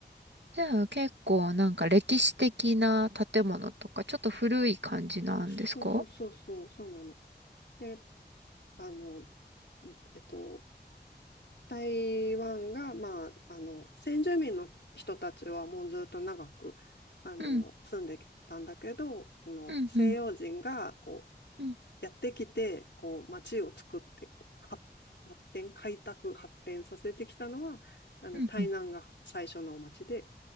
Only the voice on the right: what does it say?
じゃあ結構なんか歴史的な建物とか、ちょっと古い感じなんですか
うん、
うん、うん、うん、
うん、
うん。